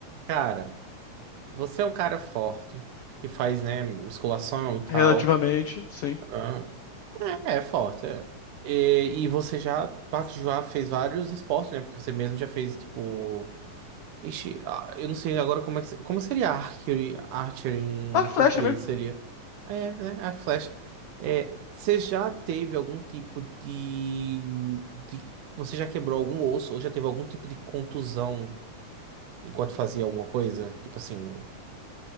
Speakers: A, on the right; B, on the left.
A: Cara, você é um cara forte, que faz, né, musculação e tal.
B: Relativamente, sim.
A: Ah, É, é forte, é. E, e você já, parte- já fez vários esportes, né? Porque você mesmo já fez, tipo. Ixi, ah, eu não sei agora como é que. se- Como seria archery, archery em
B: Arco e flecha
A: português?
B: mesmo.
A: Seria. É, né? A flecha. É, você já teve algum tipo de, de. Você já quebrou algum osso ou já teve algum tipo de contusão enquanto fazia alguma coisa? Tipo assim.